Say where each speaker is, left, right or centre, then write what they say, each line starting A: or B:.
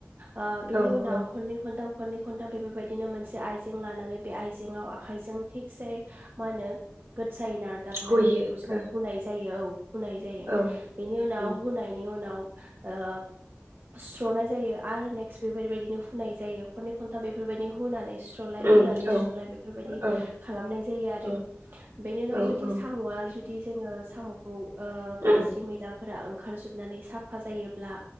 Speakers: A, on the right (about 50°); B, on the right (about 80°).
A: ओ बिनि
B: औ
A: उनाव
B: औ
A: खननै खन्थाम खननै खन्थाम फोरबायदिनो मोनसे आइजें लानानै बे आइजेंआव आखाइजों थिगसे मा होनो गोसायै नारदाबनानै
B: हुयो
A: बेखौ जोङो हुनाय जायो औ। हुनाय जायो
B: औ
A: बेनि उनाव
B: उम
A: हुनायनि उनाव। ओ सुस्रनाय जायो आरो नेक्स्ट बेफोर बायदिनो। हुनाय जायो खननै खनथाम बेफोरबायदि हुनानै। सुस्रलाय
B: उम
A: हुनानै
B: औ
A: सुस्रलाय बेफोरबायदि
B: औ
A: खालामनाय जायो आरो।
B: औ
A: बेनि उनाव
B: औ
A: जुदि
B: औ
A: साम'आ जुदि जोङो साम' ओ गाज्रि
B: उम
A: मैलाफोरा ओं ओंखार जोबनानै साफा जायोब्ला।